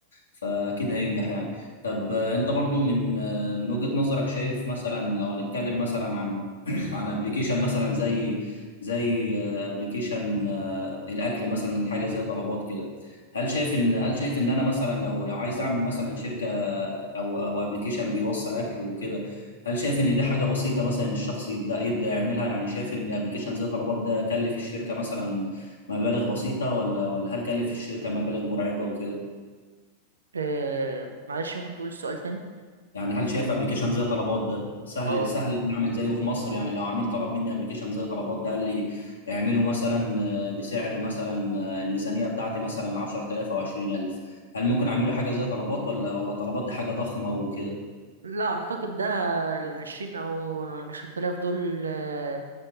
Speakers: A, on the left; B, on the right.
A: فاكيد هينجح يعني طب آه، انت برضو من آه، من وجهه نظرك شايف مثلا لو هنتكلم مثلا عن <clears throat> عن ابلكيشن مثلا زي زي ابلكيشن الاكل مثلا حاجه زي طلبات كده هل شايف ان هل شايف ان انا مثلا لو لو عايز اعمل مثلا شركه او او ابلكيشن بيوصل اكل وكده هل شايف ان دي حاجه بسيطه مثلا ان الشخص يبدا يبدا يعملها يعني شايف ان ابلكيشن زي طلبات ده كلف الشركه مثلا مبالغ بسيطه ولا ولا هل كلف الشركه مبالغ مرعبه وكده
B: آه، معلش ممكن تقول السؤال تاني
A: يعني هل شايف ابلكيشن زي طلبات ده سهل
B: اه
A: سهل اني اعمل زيه في مصر يعني لو عميل طلب مني ابلكيشن زي طلبات ده قال لي اعمله مثلا آه، بسعر مثلا آه، الميزانيه بتاعتي مثلا 10000 او 20000 هل ممكن اعمل له حاجه زي طلبات ولا ولا طلبات دي حاجه ضخمه وكده
B: لا اعتقد ده العشرين او العشرة آلاف دول آه،